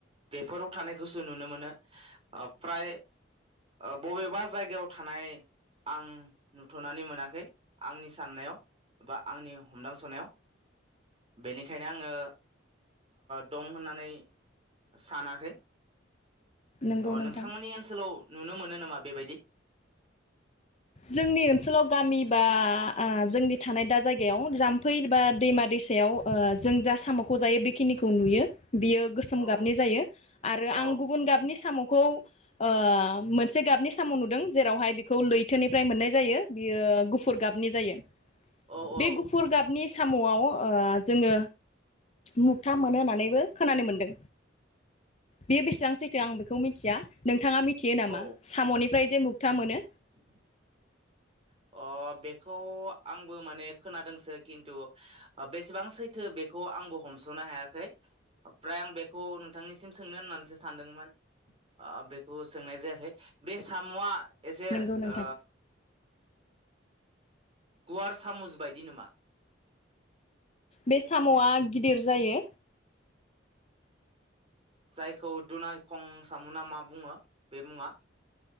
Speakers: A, on the right; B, on the left.
A: बेफोराव थानायखौसो नुनो मोनो ओ फ्राय ओ बबेबा जायगायाव थानाय आं नुथनानै मोनाखै आंनि साननायाव बा आंनि हमदांसनायाव बेनिखायनो आङो दं होननानै सानाखै।
B: नंगौ
A: अ
B: नोंथां
A: नोंथांमोननि ओनसोलाव नुनो मोनो नामा बेबायदि?
B: जोंनि ओनसोलाव गामि बा ओ जोंनि थानाय दा जायगायाव जाम्फै बा दैमा दैसायाव जों जा सामखौ जायो बेखिनिखौ नुयो। बियो गोसोम
A: औ
B: गाबनि जायो आरो
A: औ
B: आं गुबुन गाबनि सामख खौ ओ मोनसे गाबनि साम नुदों जेरावहाय खौ लैथोनिफ्राय मोननाय जायो बियो गुफुर गाबनि जायो।
A: औ
B: बे
A: औ
B: गुफुर गाबनि सामआव ओ जोङो मुगथा मोनो होननानैबो खोनानो मोनदों। बे बेसेबां सैथो आं बेखौ मिथिया नोंथाङा मिथ थियो नामा
A: औ
B: सामनि ओमफ्राय जे मुगथा मोनो?
A: <unintelligible> अ बेखौ आंबो माने खोनादोंसो खिन्थु ओ बेसेबां सैथो बेखौ आंबो हमसनो हायाखै फ्राय आं बेखौ नोंथांनिसिम सोंनो होननानैसो सानदोंमोन। ओ बेखौ सोंनाय जायाखै बे सामआ एसे
B: नंगौ नोंथां
A: ओ गुवार सामुस बायदि नामा?
B: बे सामआ गिदिर जायो।
A: जायखौ दुनायखं सामुना मा बुङो बे मुङा?